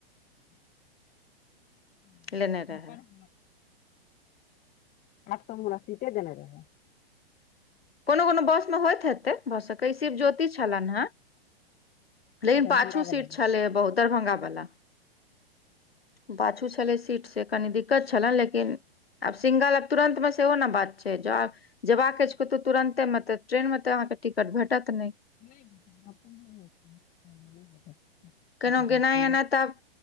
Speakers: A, on the left; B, on the left.
A: <inaudible> <inaudible>
B: लेने रहै
A: आठ सौ म हमरा सीटे देने रहै
B: कोनो कोनो बस मऽ होइत हेतै भऽ सकै शिव ज्योति <inaudible> छलनि है लेकिन
A: दरभंगा
B: पाछू
A: बला
B: सीट
A: मे
B: छलै हे बहुत दरभंगा बला पाछू छलै सीट सँ कनी दिक्कत छलै लेकिन आब सिंगल आ तुरंत मऽ सेहो नऽ बात छै ज जेबाक कतौ तुरंते मऽ तऽ ट्रेन मऽ तऽ अहाँ केँ टिकट भेटत नहि
A: <unintelligible>
B: केना गेनाइ एनाइ तऽ आब